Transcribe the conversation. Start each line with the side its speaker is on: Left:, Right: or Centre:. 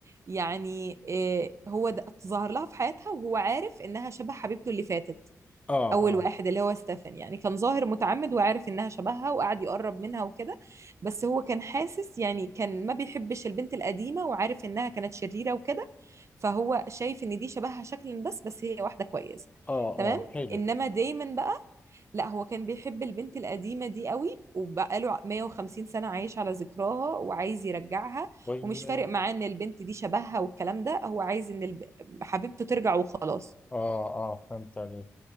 Right: يعني إيه هو ده ظهر لها في حياتها وهو عارف انها شبه حبيبته اللي فاتت
Left: اه
Right: اول
Left: اه
Right: واحد اللي هو ستيفن يعني كان ظاهر متعمد وعارف انها شبهها وقعد يقرب منها وكده بس هو كان حاسس يعني كان ما بيحبش البنت القديمة وعارف انها كانت شريرة وكده فهو شايف ان دي شبهها شكلا بس بس هي واحدة كويسة
Left: اه
Right: تمام
Left: اه حلو
Right: انما دايما بقى لا هو كان بيحب البنت القديمة دي قوي وبقاله 150 سنة عايش على ذكراها وعايز يرجعها
Left: طيب
Right: ومش
Left: اه
Right: فارق معاه ان البنت دي شبهها والكلام ده هو عايز ان الب... حبيبته ترجع وخلاص
Left: اه فهمت عليك